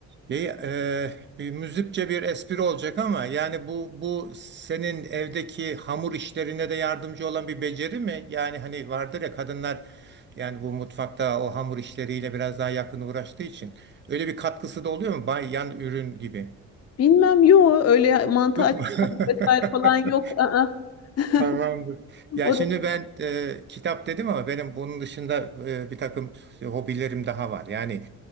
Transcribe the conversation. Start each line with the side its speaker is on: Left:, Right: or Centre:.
Right: Şey, e, bir müzikçe bir espri olacak ama yani bu bu senin evdeki hamur işlerine de yardımcı olan bir beceri mi? Yani hani vardır ya kadınlar yani bu mutfakta o hamur işleriyle biraz daha yakın uğraştığı için öyle bir katkısı da oluyor mu? Bay yan ürün gibi.
Left: Bilmem yo öyle mantı
Right: Yok
Left: açma
Right: mu? <laughs>
Left: vesaire falan yok. Aa. <laughs>
Right: Tamamdır. Ya
Left: O
Right: şimdi
Left: da-
Right: ben e, kitap dedim ama benim bunun dışında e, bir takım hobilerim daha var. Yani